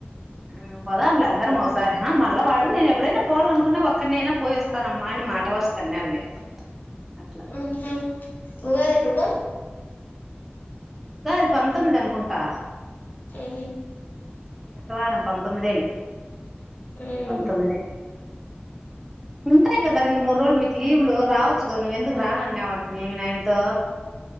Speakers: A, in the centre; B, on the left.
A: మ్ పోదం లే అందరం ఒకసారి ఆ మళ్ళ వాడు నేను ఎడైన పోాలనుకున్నా ఒక్కడినైనా పోయి వస్తానమ్మా అని మాట వర్స్ కన్నాాళ్ళే అట్లా
B: మ్ హు ఉగాది ఎప్పుడు
A: ఉగాది పంతొమ్మిది అనుకుంటా
B: మ్ హు
A: శుక్రవారం పంతొమ్మిదేలే
B: ఉమ్
A: పంతొమ్మిది ఉంటాయ్ కదా రెండు మూడు రోజులు మీకు లీవు్లు రావచ్చు కదా నువ్్వ ఎందుకు రాన నవ్ అంన్టి మి నాయన్తో